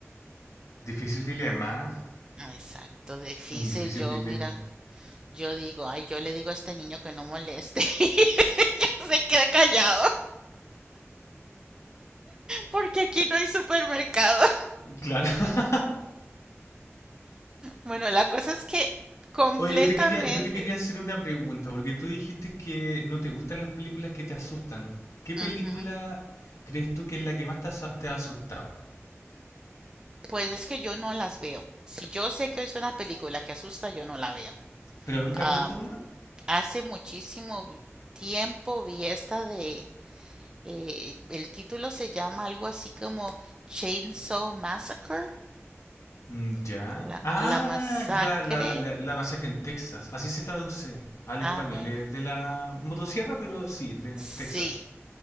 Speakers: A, on the left (about 80°); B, on the right (about 15°).
A: Difícil dilema.
B: Exacto, difícil
A: Es un difícil
B: yo,
A: dilema.
B: mira, yo digo, ay, yo le digo a este niño que no moleste, <laughs> y se queda callado, porque aquí no hay supermercado.
A: Claro. <laughs>
B: Bueno, la cosa es que completamente,
A: Oye, yo te quería, yo te quería hacer una pregunta, porque tú dijiste que no te gustan las películas que te asustan. ¿Qué película
B: ujú,
A: crees tú que es la que más te has, te ha asustado?
B: Pues es que yo no las veo. Si yo sé que es una película que asusta, yo no la veo.
A: ¿Pero nunca
B: Am,
A: has visto una?
B: hace muchísimo tiempo vi esta de, eh, el título se llama algo así como Chainsaw Massacre,
A: Mm, Ya.
B: la,
A: Ah,
B: la masacre.
A: ya, la, de la, la masacre en Texas. Así se traduce al español.
B: Ah, bueno,
A: Es de la motosierra, pero sí, de
B: sí.
A: Texas.